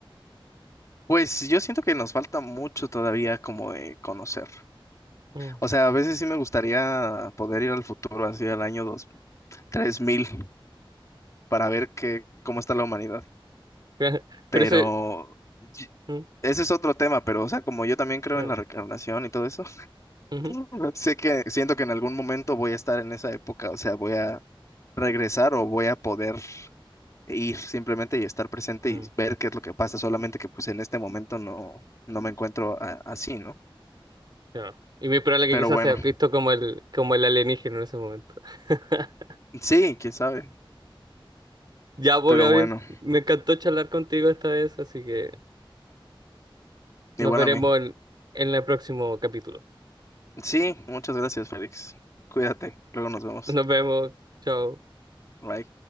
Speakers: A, on the left; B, on the right.
A: pues yo siento que nos falta mucho todavía como de conocer.
B: Mm.
A: O sea, a veces sí me gustaría poder ir al futuro, así al año dos tres mil para ver qué, cómo está la humanidad.
B: <laughs> Pero
A: Pero
B: eso...
A: y-
B: mm,
A: ese es otro tema, pero o sea, como yo también creo
B: Claro.
A: en la reencarnación y todo eso.
B: Ujú.
A: <laughs> Sé que siento que en algún momento voy a estar en esa época, o sea, voy a regresar o voy a poder ir simplemente y estar presente
B: Mm,
A: y ver qué es lo que pasa, solamente que pues en este momento no, no me encuentro a- así, ¿no?
B: Claro. Y muy probable que
A: Pero
B: quizás
A: bueno,
B: seas visto como el, como el alienígena en ese momento. <laughs>
A: sí, quién sabe,
B: Ya, pues,
A: pero
B: Gabriel,
A: bueno,
B: me encantó charlar contigo esta vez, así que
A: igual
B: nos veremos
A: a mí.
B: en, en el próximo capítulo.
A: Sí, muchas gracias, Félix. Cuídate, luego nos vemos.
B: Nos vemos. Chao.
A: Bye.